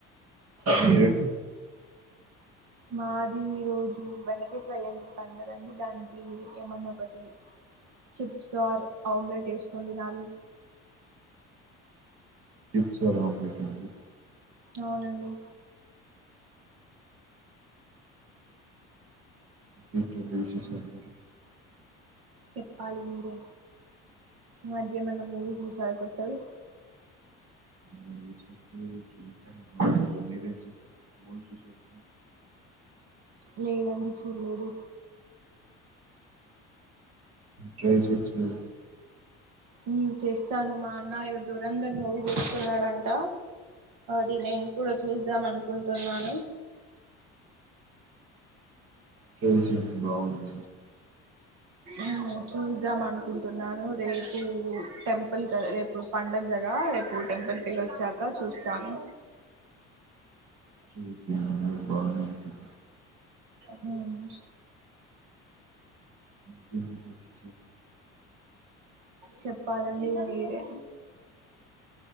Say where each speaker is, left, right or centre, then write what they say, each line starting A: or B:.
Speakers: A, on the right; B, on the right.
A: మీరండి
B: మాది ఈ రోజు బెండకాయ ఫ్రై అని చెప్పాను కదండి దానికి ఏమన్నా ఒకటి చిప్స్ ఆర్ ఆమ్లెట్ వేసుకుని తినాలి
A: చిప్స్ ఆర్ ఆమ్లెటా అండి
B: అవునండి
A: ఇంకేంటండి విశేషాలు
B: చెప్పాలి మీరే, ఈమధ్య ఏమైనా మూవీస్ చూశారా కొత్తవి
A: మూవీస్ అంటే చూసా మరి మీరేం చూశారు మూవీస్ చూశారా
B: లేదండి చూడలేదు
A: ట్రై చేయొచ్చుగా
B: ఉ చేస్తాను మా అన్న ఇడ దొ వరందర్ మూవీ చూస్తున్నాడంట ది నేను కూడా చూద్దాంను కుంటున్నాను
A: ట్రై చేయ్ బాగుంది
B: మ్మ్ చూస్దాం అనుకుంటున్నాను రేపు టెంపుల్ క రేపు పండగ కదా రేపు టెంపుల్ కెళ్ళి వచ్చాక చూస్తాను.
A: చిన్ని చిన్ని బాగున్నాం చిన్ని
B: ఉమ్
A: మ్ <inaudible>
B: చెప్పాలండి మీరే